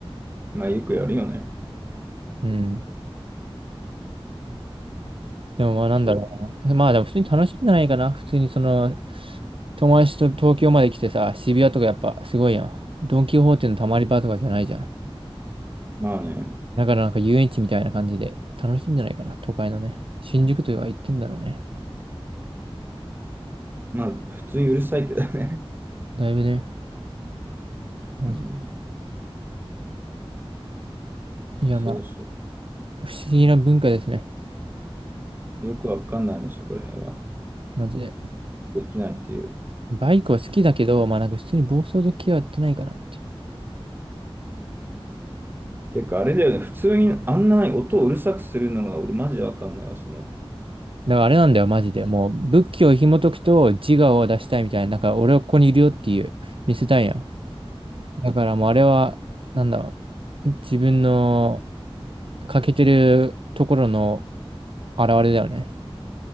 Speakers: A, on the right; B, on the right.
A: まあよくやるよね。
B: うん。でもまあなんだろうな。
A: そう。
B: まあでも普通に楽しいんじゃないかな。普通にその、友達と東京まで来てさ、渋谷とかやっぱすごいやん。ドン・キホーテのたまり場とかじゃないじゃん。
A: まあね。
B: だからなんか遊園地みたいな感じで楽しいんじゃないかな。都会のね。新宿というか行ってんだろうね。
A: まあ普通にうるさいけどね。
B: だいぶね。マジ。
A: うん。
B: いやまあ、
A: そうそ
B: 不思議な文化ですね。
A: う。よくわかんないね、そこら辺は。
B: マジで。
A: できないっていう。
B: バイクは好きだけど、まあなんか普通に暴走族系はやってないかな。
A: てか、あれだよね。普通にあんなに音をうるさくするのが俺マジでわかんないわ。その、
B: だからあれなんだよ、マジで。もう、仏教を紐解くと自我を出したいみたいな、なんか俺はここにいるよっていう、見せたいやん。だからもうあれは、なんだろう、自分の欠けてるところの現れだよね。